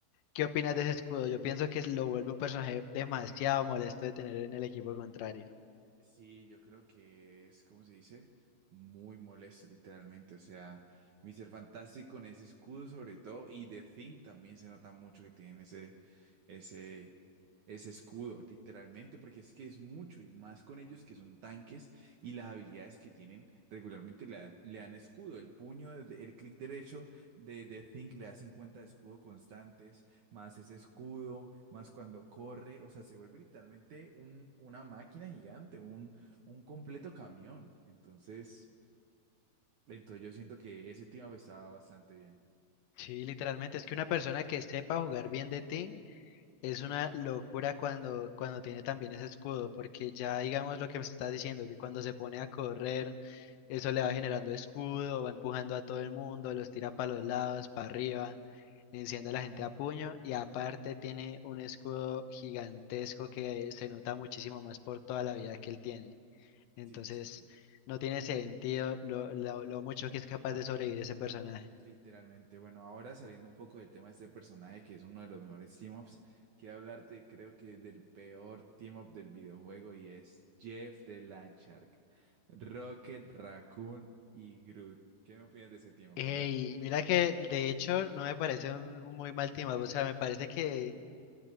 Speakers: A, on the left; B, on the right.
A: ¿qué opinas de ese escudo? Yo pienso que lo vuelve un personaje demasiado molesto de tener en el equipo contrario.
B: Sí, yo creo que es, ¿cómo se dice? Muy molesto, literalmente. O sea, Mr. Fantastic con ese escudo sobre todo y The Thing también se nota mucho que tienen ese, ese, ese escudo, literalmente, porque es que es mucho y más con ellos que son tanques y las habilidades que tienen regularmente le, da- le dan escudo. El puño, de- el clic derecho de The Thing le da 50 de escudo constante más ese escudo, más cuando corre, o sea, se vuelve literalmente un, una máquina gigante, un, un completo camión. Entonces, entonces yo siento que ese tema estaba bastante bien.
A: Sí, literalmente, es que una persona que sepa jugar bien de Ting es una locura cuando, cuando tiene también ese escudo, porque ya digamos lo que me estás diciendo, que cuando se pone a correr, eso le va generando escudo, va empujando a todo el mundo, los tira para los lados, para arriba. Enciende a la gente a puño y aparte tiene un escudo gigantesco que se nota muchísimo más por toda la vida que él tiene. Entonces,
B: Sí, sí, sí.
A: no tiene sentido lo, lo- lo mucho
B: Ya,
A: que es capaz de sobrevivir ese personaje.
B: literalmente. Bueno, ahora saliendo un poco del tema de este personaje que es uno de los mejores team-ups, quiero hablarte, creo que del peor team-up del videojuego y es Jeff de Landshark, Rocket, Raccoon y Groot. ¿Qué me opinas de ese team-up?
A: Ey,
B: A ver.
A: mira que de hecho no me parece un, un muy mal team up, o sea, me parece que,
B: Uh,